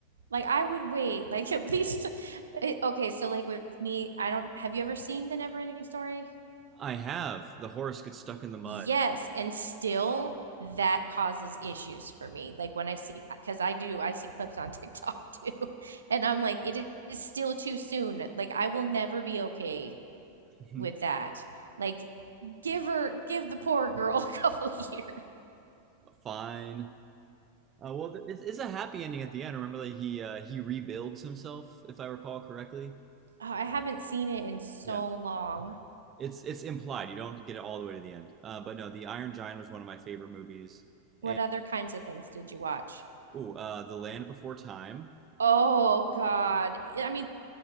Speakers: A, on the right; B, on the right.
A: Like I would wait. Like at least <laughs> eh, okay, so like with me, I don't have you ever seen The Never Ending Story?
B: That. I have the horse gets stuck in the mud.
A: Yes, and still that causes issues for me. Like when I see, because I do, I see clips on <laughs> TikTok too, and I'm like, it is still too soon. Like I will never be okay
B: <laughs>
A: with that. Like give her, give the poor girl <laughs> a couple years.
B: Fine. Uh, well, th- it's, it's a happy ending at the end. Remember that he uh, he rebuilds himself, if I recall correctly.
A: Oh, I haven't seen it in so
B: Yeah,
A: long.
B: it's it's implied. You don't get it all the way to the end. Uh, but no, The Iron Giant was one of my favorite movies,
A: What
B: and
A: other kinds of things did you watch?
B: oh, uh, The Land Before Time
A: Oh God. I mean,